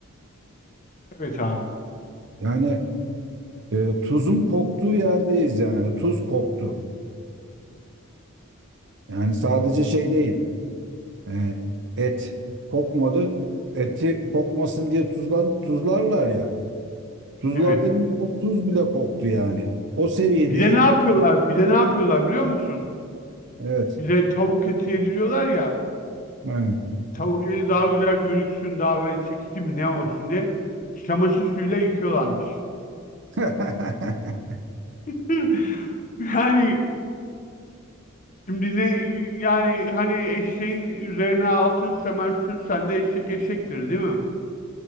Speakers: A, on the left; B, on the right.
A: Evet abi.
B: Yani e, tuzun koktuğu yerdeyiz yani tuz koktu. Yani sadece şey değil e, et kokmadı eti kokmasın diye tuzla, tuzlarlar ya. Tuzladığımız
A: Evet.
B: o tuz bile koktu yani. O seviyede
A: Bir de ne yapıyorlar? Bir de ne yapıyorlar biliyor musun?
B: evet.
A: Bize tavuk eti yediriyorlar ya.
B: Evet.
A: Tavuk eti daha güzel gözüksün, daha böyle çekici mi ne olsun diye çamaşır suyuyla yıkıyorlarmış.
B: <laughs>
A: <laughs> Yani şimdi ne yani hani eşeğin üzerine altın semer sürsen de eşek eşektir değil mi?